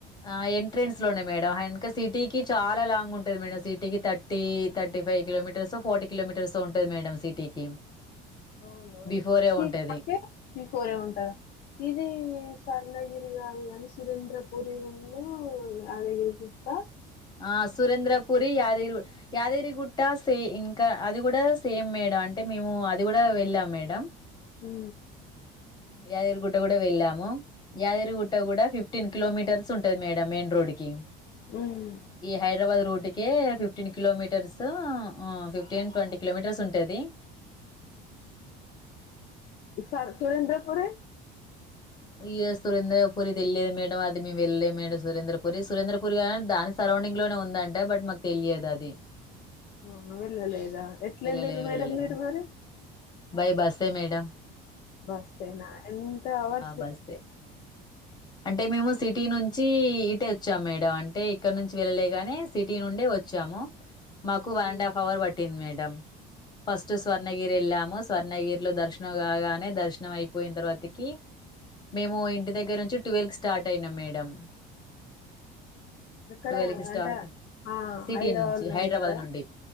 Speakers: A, on the left (about 20°); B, on the left (about 50°).
A: ఆ ఎంట్రెన్స్ లోనే మేడం ఆయనకి సిటీకి చాలా లాంగ్ ఉంటది మేడం సిటీకి thirty thirty five kilometres forty kilometres ఉంటది మేడం సిటీకి
B: అవునా
A: బిఫోరే ఉంటది.
B: <inaudible> బిఫోరే ఉంటదా ఇది స్వర్ణ ఇది కాదు గానీ సురంద్రపురి ను యాదగిరిగుట్ట
A: ఆ సురేంద్రపురి యా <unintelligible> యాదగిరిగుట్ట సే ఇంకా అది కూడా సేమ్ మేడం అంటే మేము అది కూడా వెళ్ళాం మేడం
B: హు
A: యాదగిరిగుట్ట కూడా వెళ్ళాము యాదగిరిగుట్ట కూడా ఫిఫ్టీన్ కిలోమీటర్స్ ఉంటది మేడం మెయిన్ రోడ్ కి
B: హ్మ్
A: హైడ్రాబాద్ రూటుకే ఫిఫ్టీన్ కిలోమీటర్సు ఊ ఫిఫ్టీన్ ట్వంటీ కిలోమీటర్స్ ఉంటుంది
B: సర్ సురేంద్రపురి
A: ఇయ సురేంద్రపుూరి తెలిదు మేడం అది మేము వెళ్ళలేము మేడం సురేంద్రపుూరి సురేంద్రపుూరి కా దానికి సరౌండింగ్ లోనే ఉందంటే బట్ మాకు తెలియదు అది
B: ఆ వెళ్ళలేదా ఎట్లలిరు
A: వెళ్ళలే వెళ్ళలే
B: మేడమ్ మీరు మరి
A: బై బసే మేడంమ్
B: బస్ేనా ఎంత అర్స్ంది
A: బస్సే అంటే మేము సిటీ నుంచి ఇటే వచ్చాం మేడం అంటే ఇక్కడ నుంచి వెళ్ళలేగానే సిటీ నుండడి వచ్చాము మాకు వన్
B: అవును
A: అడ్ హఫ్ అవర్ పట్ టిన్ మేడం ఫస్ట్ స్వర్ణగిరి ఎలా స్వర్ణగిరిలో దర్శనం కాగానే దర్శనం అయిపోయిన తర్వాతకి మేము ఇంటి దగ్గర నుంచి ట్వెల్వ్ స్టార్ట్ అయినాం మేడం
B: ఇక్కడ
A: ట్వెల్వ్ కి స్టార్ట్
B: అంటే ఆ
A: సిటీ
B: హైదరాబాద్
A: నుంచి హైదరాబాద్
B: ఉన్నారా
A: నుండి